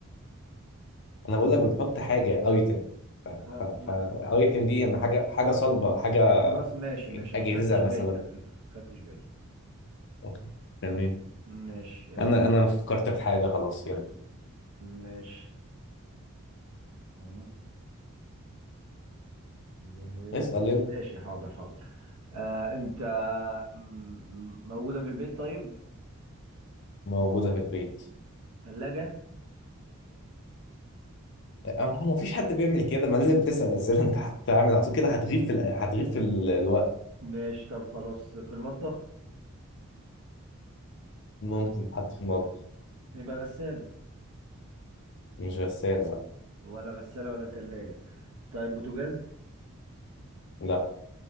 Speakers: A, on the left; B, on the right.
A: انا بقول لك بنحط حاجه ايتم ف ف
B: خ-
A: ف
B: ما-
A: ايتم دي انا حاجه حاجه صلبه حاجه
B: خلاص ماشي ماشي
A: أج- اجهزه
B: انا ما خدتش
A: مثلا
B: بالي على فكرة ما خدتش بالي
A: أوكي. تمام
B: ماشي يلا
A: انا انا فكرت في حاجه خلاص يلا
B: ماشي آه، جهاز
A: اسال يلا
B: ماشي حاضر حاضر آه انت م- موجودة في البيت طيب
A: موجوده في البيت
B: ثلاجة
A: أما هو مفيش حد بيعمل كده ما لازم تسال اسئله انت هتعمل على طول كده هتغيب في ال- هتغيب في ال- الوقت
B: ماشي طب خلاص في المطبخ
A: ممكن تحط في المطبخ
B: يبقى غسالة
A: مش غساله لا
B: ولا غسالة ولا تلاجة طيب بوتاجاز
A: لا